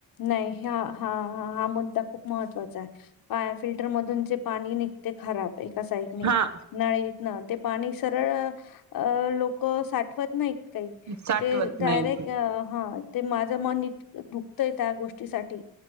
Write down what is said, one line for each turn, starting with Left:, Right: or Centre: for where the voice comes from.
Left: नाही ह्या हा, हा हा, मुद्दा खूप महत्त्वाचा आहे. पा फिल्टर मधून जे पाणी निघते खराब. एका साईडने
Right: हा
Left: नळीत न ते पाणी सरळ अ लोक साठवत नाहीत. काही
Right: साठवत
Left: ते डायरेक्ट
Right: नाही.
Left: हा, ते माझ मन इतकं दुखतंय त्या गोष्टीसाठी